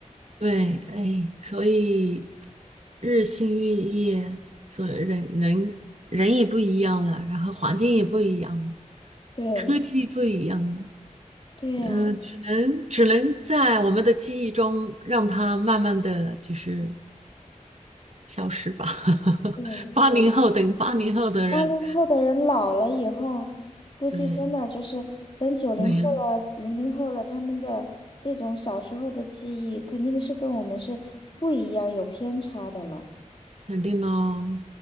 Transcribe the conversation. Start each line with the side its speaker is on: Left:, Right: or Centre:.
Right: 对，哎，所以日新月异，所以人人人也不一样了，然后环境也不一样了，
Left: 对，
Right: 科技不一样了，
Left: 对呀，
Right: 呃，只能只能在我们的记忆中让它慢慢的就是。消失吧。<laughs>
Left: 对呀。
Right: 八零后等于八零后的人，
Left: 八零后的人老了以后，估计真的就是等九零后了、
Right: 对，没了，
Left: 零零后了，他们的这种小时候的记忆，肯定是跟我们是不一样，有偏差的了。
Right: 肯定喽。